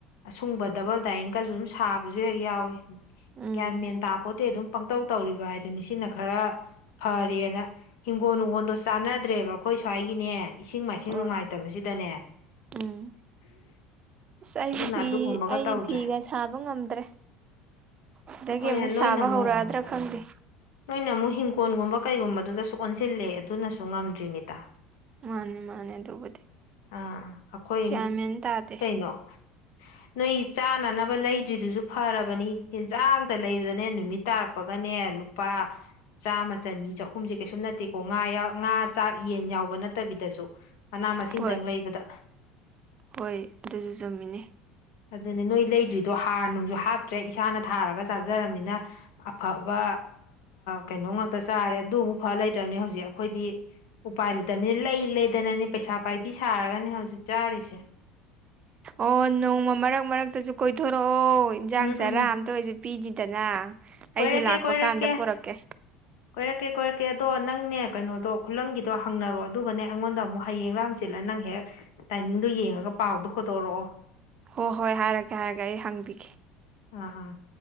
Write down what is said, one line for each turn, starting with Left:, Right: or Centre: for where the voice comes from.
Left: ꯑꯁꯨꯡꯕ ꯗꯕꯜ ꯗꯥꯏꯡꯀꯁꯨ ꯑꯗꯨꯝ ꯁꯥꯕꯁꯨ ꯍꯦꯛ ꯌꯥꯎꯏꯤ
Right: ꯎꯝ
Left: ꯒ꯭ꯌꯥꯟ ꯃꯦꯟ ꯇꯥꯄꯣꯇꯦ ꯑꯗꯨꯝ ꯄꯪꯇꯧ ꯇꯧꯔꯤꯕ ꯍꯥꯏꯗꯨꯅꯤ ꯁꯤꯅ ꯈꯔ ꯐꯔꯦꯅ ꯍꯤꯡꯒꯣꯜ ꯅꯨꯡꯒꯣꯜꯗꯣ ꯆꯥꯟꯅꯗ꯭ꯔꯦꯕ ꯑꯩꯈꯣꯏ ꯁ꯭ꯋꯥꯏꯒꯤꯅꯦ ꯏꯁꯤꯡ ꯃꯥꯏꯁꯤꯡ
Right: ꯍꯣꯏ
Left: ꯅꯨꯡꯉꯥꯏꯇꯕꯁꯤꯗꯅꯦ
Right: ꯎꯝ ꯑꯁ ꯑꯩꯗꯤ
Left: ꯑꯗꯨꯅ
Right: ꯐꯤ
Left: ꯑꯗꯨꯒꯨꯝꯕꯒ
Right: ꯑꯩꯗꯤ
Left: ꯇꯧꯗ꯭ꯔꯦ
Right: ꯐꯤꯒ ꯁꯥꯕ ꯉꯝꯗ꯭ꯔꯦ ꯁꯤꯗꯒꯤ
Left: ꯍꯣꯏꯅꯦ
Right: ꯑꯃꯨꯛ
Left: ꯅꯣꯏꯅ
Right: ꯁꯥꯕ
Left: ꯑꯃꯨꯛ
Right: ꯍꯧꯔꯛꯑꯗ꯭ꯔꯥ ꯈꯪꯗꯦ
Left: ꯅꯣꯏꯅ ꯑꯃꯨꯛ ꯍꯤꯡꯒꯣꯜꯒꯨꯝꯕ ꯀꯩꯒꯨꯝꯕꯗꯨꯗꯁꯨ ꯑꯣꯟꯁꯤꯜꯂꯦ ꯑꯗꯨꯅꯁꯨ ꯉꯝꯗ꯭ꯔꯤꯅꯤꯗꯥ
Right: ꯃꯥꯅꯦ ꯃꯥꯅꯦ ꯑꯗꯨꯕꯨꯗꯤ
Left: ꯑꯥ ꯑꯩꯈꯣꯏ
Right: ꯀꯌꯥꯃꯦꯟ ꯇꯥꯗꯦ
Left: <unintelligible> ꯅꯣꯏ ꯆꯥꯅꯅꯕ ꯂꯩꯗ꯭ꯔꯤꯗꯨꯁꯨ ꯐꯔꯕꯅꯤ ꯍꯟꯖꯥꯡꯇ ꯂꯩꯕꯗꯅꯦ ꯅꯨꯃꯤꯠ ꯇꯥꯔꯛꯄꯒꯅꯦ ꯂꯨꯄꯥ ꯆꯥꯝꯃ ꯆꯅꯤ ꯆꯍꯨꯝꯁꯦ ꯀꯩꯁꯨꯝ ꯅꯠꯇꯦꯀꯣ ꯉꯥ ꯉꯥ ꯆꯥꯛ ꯌꯦꯟ ꯌꯥꯎꯕ ꯅꯠꯇꯕꯤꯗꯁꯨ ꯃꯅꯥ ꯃꯁꯤꯡꯗꯪ
Right: ꯍꯣꯏ
Left: ꯂꯩꯕꯗ
Right: ꯍꯣꯏ ꯑꯗꯨꯁꯨ ꯆꯨꯝꯃꯤꯅꯤ
Left: ꯑꯗꯨꯅꯦ ꯅꯣꯏ ꯂꯩꯗ꯭ꯔꯤꯗꯣ ꯍꯥꯔ ꯅꯨꯡꯁꯨ ꯍꯥꯞꯇ꯭ꯔꯦ ꯏꯁꯥꯅ ꯊꯥꯔꯒ ꯆꯥꯖꯔꯝꯃꯤꯅ ꯑꯐꯕ ꯀꯩꯅꯣ ꯉꯥꯛꯇ ꯆꯥꯔꯦ ꯑꯗꯨꯃꯨꯛ ꯐ ꯂꯩꯇ꯭ꯔꯕꯅꯤ ꯍꯧꯖꯤꯛ ꯑꯩꯈꯣꯏꯗꯤ ꯎꯄꯥꯏ ꯂꯩꯇꯕꯅꯤ ꯂꯩ ꯂꯩꯗꯅꯅꯤ ꯄꯩꯁꯥ ꯄꯥꯏꯕꯤ ꯁꯥꯔꯒꯅꯤ ꯍꯧꯖꯤꯛ ꯆꯥꯔꯤꯁꯦ
Right: ꯑꯣ ꯅꯣꯡꯃ ꯃꯔꯛ ꯃꯔꯛꯇꯁꯨ ꯀꯣꯏꯊꯣꯔꯛꯑꯣ ꯏꯟꯖꯥꯡ
Left: ꯎꯝ
Right: ꯆꯥꯔꯥ
Left: ꯎꯝ
Right: ꯑꯝꯇ ꯑꯣꯏꯁꯨ ꯄꯤꯗꯤꯗꯅ
Left: ꯀꯣꯏꯔꯛꯀꯦ
Right: ꯑꯩꯁꯦ ꯂꯥꯛꯄ
Left: ꯀꯣꯏꯔꯛꯀꯦ
Right: ꯀꯥꯟꯗ ꯄꯨꯔꯛꯀꯦ
Left: ꯀꯣꯏꯔꯛꯀꯦ ꯀꯣꯏꯔꯛꯀꯦ ꯑꯗꯣ ꯅꯪꯅꯦ ꯀꯩꯅꯣꯗꯣ ꯈꯨꯂꯪꯒꯤꯗꯣ ꯍꯪꯅꯔꯣ ꯑꯗꯨꯒꯅꯦ ꯑꯩꯉꯣꯟꯗ ꯑꯃꯨꯛ ꯍꯌꯦꯡ ꯂꯥꯡꯁꯤ ꯁꯤꯜꯂ ꯅꯪ ꯍꯦꯛ ꯇꯥꯏꯃꯤꯡꯗꯣ ꯌꯦꯡꯉꯒ ꯄꯥꯎꯗꯣ ꯍꯣꯠꯇꯣꯔꯛꯑꯣ
Right: ꯍꯣ ꯍꯣꯏ ꯍꯥꯏꯔꯒꯦ ꯍꯥꯏꯔꯒꯦ ꯑꯩ ꯍꯪꯕꯤꯒꯦ
Left: ꯑꯥ ꯑꯥ